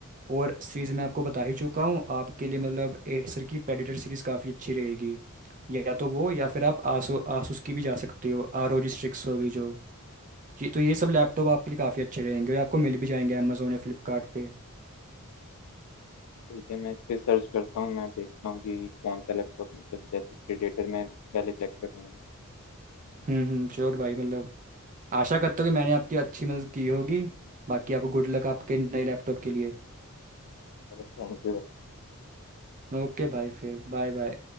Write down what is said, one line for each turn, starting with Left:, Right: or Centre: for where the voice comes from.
Right: और सीरीज
Left: तो
Right: मैं आपको बता ही चुका हूँ आपके लिए मतलब एसर की प्रेडेटर सीरीज काफ़ी अच्छी रहेगी या तो वो या फिर आप आसो आसूस की भी जा सकते हो आर ओ जी स्ट्रिक्स होगी जो ये तो ये सब लैपटॉप आपके लिए काफ़ी अच्छे रहेंगे और आपको मिल भी जाएंगे अमेजोन या फ्लिपकार्ट पे
Left: ठीक है, मैं इस पे सर्च करता हूँ, मैं देखता हूँ कि कौन सा लैपटॉप मतलब जैसे प्रीडेटर मैं पहले चेक करूँगा।
Right: हम्म हम्म श्योर भाई मतलब आशा करता हूँ कि मैंने आपकी अच्छी मदद की होगी बाकी आपको गुड लक आपके नए लैपटॉप के लिए
Left: अरे थैंक यू।
Right: ओके भाई फिर बाय बाय